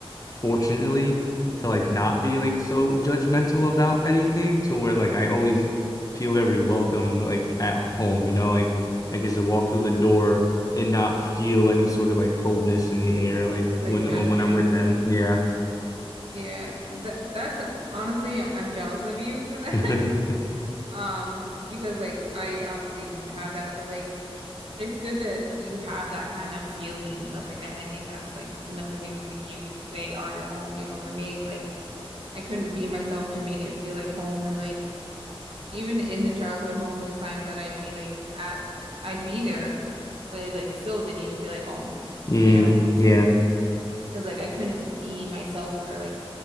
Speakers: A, on the left; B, on the right.
A: fortunately to like not be like so judgmental about anything to where like I always feel very welcomed like at home, you know, like I could just walk through the door and not feel any sort of like coldness in the air like
B: like
A: when
B: judgment.
A: uh, when I'm with them. Yeah.
B: Yeah, that that's a, honestly, I'm jealous of you for that.
A: <laughs>
B: <laughs> Um, because like I obviously didn't have that, but like it's good that you have that kind of feeling and stuff like that. And I think that's like another reason like you they are your home. You know, for me, it's like I couldn't be myself to make it feel like home. And like even in the childhood home, there's times that I'd be like at I'd be there, but it like still didn't even feel like home,
A: Mm,
B: you know.
A: yeah.
B: Cause like I couldn't be myself or like